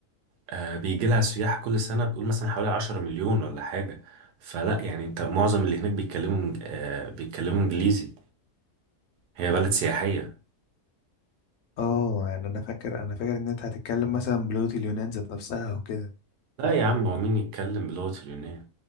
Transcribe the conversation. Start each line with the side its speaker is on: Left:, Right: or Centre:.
Right: آه، بيجي لها سياح كل سنة بيقول مثلا حوالي 10 مليون ولا حاجة فلا يعني انت معظم اللي هناك بيتكلموا إنج- آه، بيتكلموا انجليزي هي بلد سياحية
Left: اه يعني انا فاكر انا فاكر ان انت هتتكلم مثلا بلغه اليونان ذات نفسها او كده
Right: لا يا عم هو مين يتكلم بلغة اليونان